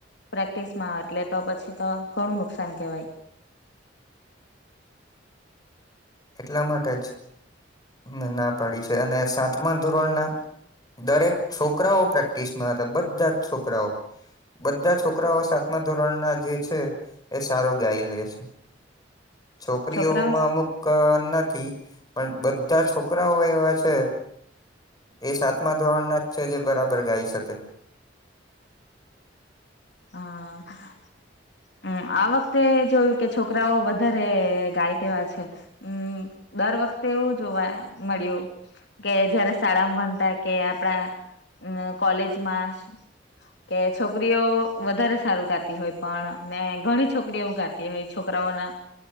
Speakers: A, on the left (about 65°); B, on the left (about 20°).
A: પ્રેક્ટિસ માં એટલે તો પછી તો ઘણું નુકસાન કેવાય.
B: એટલા માટે જ અ ના પાડી છે અને સાતમા ધોરણના દરેક છોકરાઓ પ્રેક્ટિસમાં હતા બધા જ છોકરાઓ. બધા છોકરાઓ સાતમા ધોરણ ના જે છે એ સારું ગાય લે છે. છોકરીઓમાં
A: છોકરાઓ
B: અમુક ક નથી પણ બધા છોકરાઓ એવા છે એ સાતમા ધોરણ ના જ છે જે બરાબર ગાઈ શકે.
A: હા. હમ્મ આ વખતે જોયું કે છોકરાઓ વધારે ગાય તેવા છે. હમ્મ દર વખતે એવું જોવા મળ્યું કે જયારે શાળામાં ભણતા કે આપણા કોલેજમાં કે છોકરીઓ વધારે સારું ગાતી હોય પણ ને ઘણી છોકરી એવું ગાતી હોય છોકરાઓના